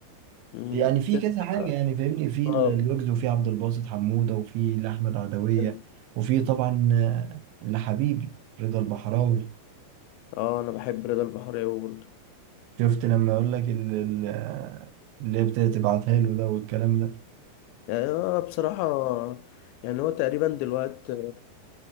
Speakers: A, on the left (about 85°); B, on the right (about 85°).
A: امم
B: يعني في
A: تسمع
B: كذا حاجة يعني فاهمني في
A: اه
B: ال- الويجز وفي عبد الباسط حمودة وفي لأحمد عدوية
A: حلو.
B: وفي طبعا آه، لحبيبي رضا البحراوي
A: اه انا بحب رضا البحراوي برضه
B: شفت لما اقول لك ال- ال- اللي هي ابتدت تبعتها له ده والكلام ده
A: يعني انا بصراحه يعني هو تقريبا دلوقتي آه،